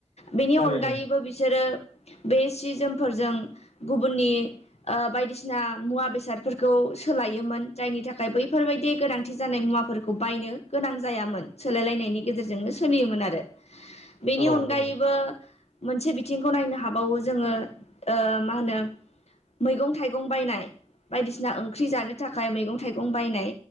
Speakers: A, on the left; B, on the left.
A: बेनि
B: थारैनो
A: अनगायैबो बिसोरो बे सि जोमफोरजों गुबुननि बायदिसिना मुवा बेसादफोरखौ सोलायोमोन? जायनि थाखाय बैफोरबायदि गोनांथि जानाय मुवाफोर खौ बायनो गोनां जायामोन सोलायलायनायनि गेजेरजोंनो सोलियोमोन आरो बेनि
B: औ
A: अनगायैबो
B: औ
A: मोनसे बिथिंखौ नायनो हाबावो जोङो ओ मा होनो मैगं थाइगं बायनाय बायदिसिना ओंख्रि जानो थाखाय मैगं थाइगं बायनाय